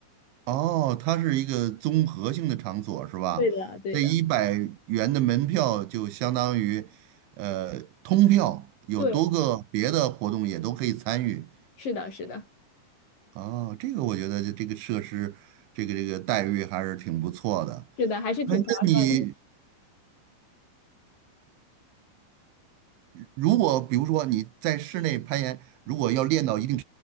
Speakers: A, on the right; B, on the left.
A: 哦，它是一个综合性的场所是吧？
B: 对的，对的，
A: 这一百元的门票就相当于，呃，通票，有多个别的活动也都可以参与。
B: 对，是的，是的，
A: 哦，这个我觉得这这个设施，这个这个待遇还是挺不错的。
B: 是的，还是挺划算的
A: 哎，那你如果比如说你在室内攀岩，如果要练到一定